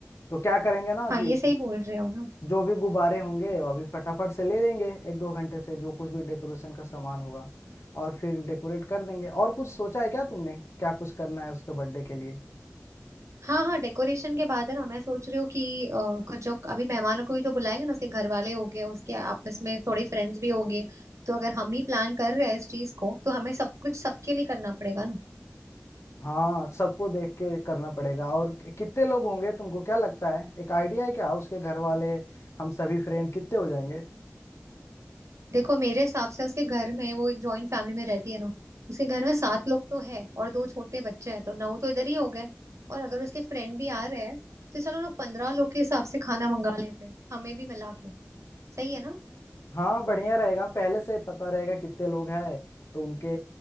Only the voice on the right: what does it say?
हाँ
ये सही बोल रहे हो ना
हाँ हाँ डेकोरेशन के बाद है ना मैं सोच रही हूँ कि अ, कुछ जो अभी मेहमानों को भी तो बुलाएंगे ना उसके घर वाले हो गए उसके आपस में थोड़े फ्रेंड्स भी हो गए तो अगर हम ही प्लान कर रहे हैं इस चीज को तो हमें सब कुछ सबके लिए करना पड़ेगा ना
देखो मेरे हिसाब से उसके घर में वो एक जॉइंट फैमिली में रहती है ना उसके घर में सात लोग तो है और दो छोटे बच्चे हैं तो नौ तो इधर ही हो गए और अगर उसके फ्रेंड भी आ रहे हैं तो चलो लोग पंद्रह लोग के हिसाब से खाना मंगा लेते हैं हमें भी मिला के सही है ना